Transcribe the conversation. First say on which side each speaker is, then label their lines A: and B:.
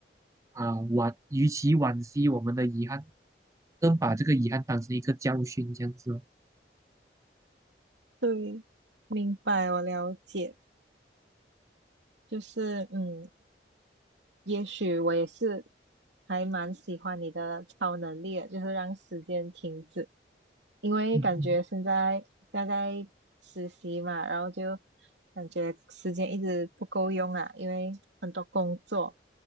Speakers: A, on the right (about 20°); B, on the right (about 85°).
A: 啊惋，与其惋惜我们的遗憾，更把这个遗憾当成一个教训这样子
B: 对，明白，我了解。就是嗯，也许我也是还蛮喜欢你的超能力的，就是让时间停止。因为感觉现在现在实习嘛，
A: 嗯
B: 然后就感觉时间一直不够用啊，因为很多工作，